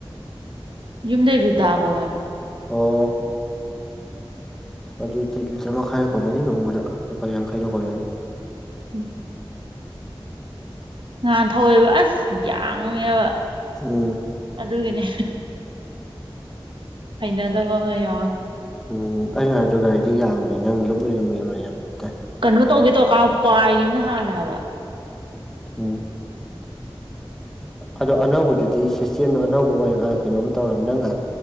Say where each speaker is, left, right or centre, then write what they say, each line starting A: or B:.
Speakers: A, on the right; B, in the centre.
A: ꯌꯨꯝꯗꯩ ꯔꯨꯗꯥꯕꯧ ꯍꯥꯏꯕ
B: ꯑꯣ ꯑꯗꯨꯗꯤ ꯂꯤꯇꯔ ꯃꯈꯥꯏꯅ ꯀꯣꯟꯅꯅꯤ ꯅꯣꯡꯃꯗ ꯂꯨꯄꯥ ꯌꯥꯡꯈꯩꯅ ꯀꯣꯟꯅꯅꯤ
A: ꯎꯝ ꯉꯍꯥꯟ ꯊꯧꯋꯦꯕ ꯑꯁ ꯌꯥꯡꯉꯦꯕ
B: ꯎꯝ
A: ꯑꯗꯨꯒꯤꯅꯦ ꯍꯩꯅꯗꯕ ꯑꯃ ꯌꯥꯎꯋꯦ
B: ꯎꯝ ꯑꯩꯩꯅ ꯍꯥꯏꯗ꯭ꯔꯣ ꯒꯥꯔꯤꯗꯤ ꯌꯥꯡꯕꯅꯦ ꯅꯪ ꯂꯨꯝꯃꯦ ꯂꯨꯝꯃꯤ ꯑꯃ ꯇꯥꯏ
A: ꯀꯩꯅꯣ ꯇꯧꯒꯦ ꯇꯧꯔꯀꯥꯟ ꯄꯥꯏꯈꯤꯕ ꯑꯃꯅ ꯍꯥꯜꯂꯦ ꯍꯥꯏꯕ
B: ꯎꯝ
A: <unintelligible>
B: ꯑꯗꯣ ꯑꯅꯧꯕꯗꯨꯗꯤ ꯁꯤꯁꯇꯦꯝꯗꯣ ꯑꯅꯧꯕ ꯑꯣꯏ ꯀꯩꯅꯣꯝ ꯇꯧꯔꯅꯤ ꯅꯪ ꯉ